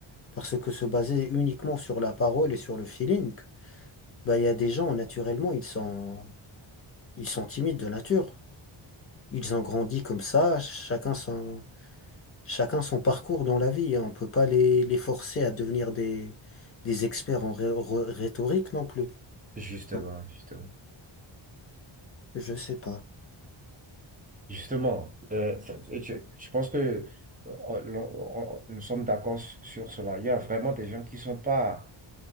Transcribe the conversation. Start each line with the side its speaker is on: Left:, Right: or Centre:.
Left: Parce que se baser uniquement sur la parole et sur le feeling, bah, il y a des gens, naturellement, ils sont, ils sont timides de nature. Ils ont grandi comme ça, chacun son, chacun son parcours dans la vie. On peut pas les, les forcer à devenir des, des experts en ré- re- rhétorique non plus.
Right: Justement,
Left: Donc,
Right: justement.
Left: je sais pas.
Right: Justement, euh, ça- et tu- je pense que euh, on- on- on- nous sommes d'accord su- sur cela. Il y a vraiment des gens qui sont pas,